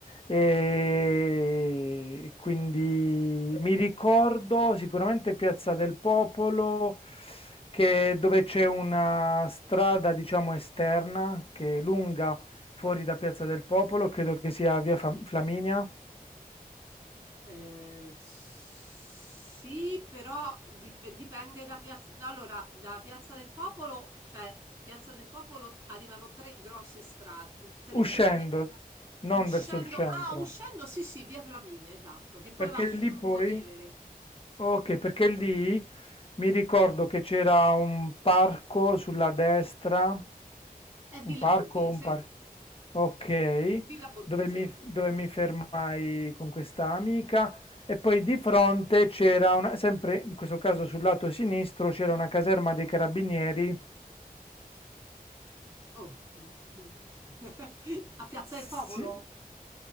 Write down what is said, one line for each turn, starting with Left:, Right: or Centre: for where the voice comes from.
Left: e quindi mi ricordo sicuramente Piazza del Popolo, che, dove c'è una strada, diciamo, esterna che è lunga fuori da Piazza del Popolo, credo che sia via Fam- Flaminia,
Right: Eh, sì, però dip- dipende da piazza. Allora, da Piazza del Popolo, cioè Piazza del Popolo arrivano tre grosse strade, tre strade
Left: uscendo, non
Right: uscendo.
Left: verso il centro.
Right: Ah, uscendo, sì, sì, via Flaminia, esatto, che poi
Left: Perché
Right: va sul
Left: lì poi,
Right: Lungotevere.
Left: ok, perché lì mi ricordo che c'era un parco sulla destra,
Right: È Villa
Left: un parco,
Right: Borghese.
Left: o un parco, ok,
Right: Villa Borghese.
Left: dove mi, dove mi fermai con questa amica e poi di fronte c'era, una- sempre in questo caso sul lato sinistro, c'era una caserma dei carabinieri.
Right: Oh, boh, non lo so. <laughs> A Piazza
Left: Sì,
Right: del Popolo?